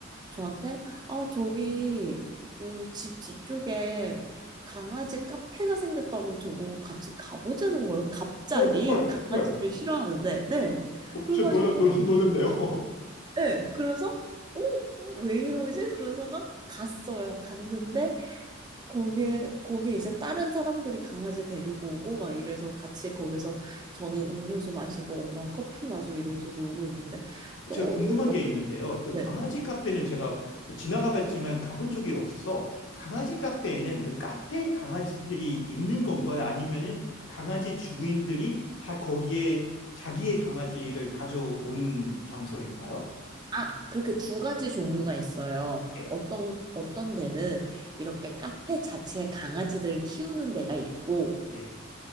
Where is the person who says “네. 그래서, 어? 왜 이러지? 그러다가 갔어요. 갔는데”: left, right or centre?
Right